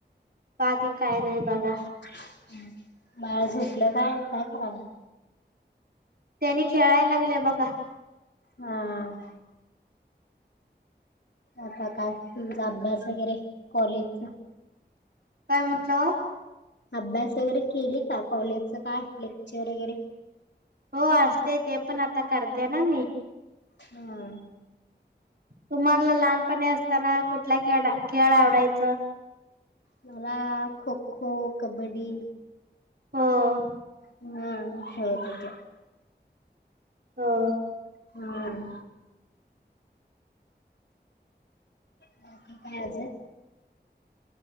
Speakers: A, on the right; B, on the left.
A: बाकी काय नाय बघा.
B: हुं बाळा झोपलं काय? काय करालय?
A: त्यांनी खेळाय लागले बघा.
B: हां. आता काय तुमचा अभ्यास वगैरे कॉलेजचा?
A: काय म्हंटलाव?
B: अभ्यास वगैरे केली का? कॉलेजच काय लेक्चर वगैरे?
A: हों असतेय ते पण आता करते ना मी.
B: हां.
A: तुम्हाला लहानपणी असताना कुठला खेड खेळआवडायचं?
B: मला खोखो, कबड्डी.
A: हों.
B: हुं खेळत होत.
A: हं.
B: हुं. बाकी काय अजून?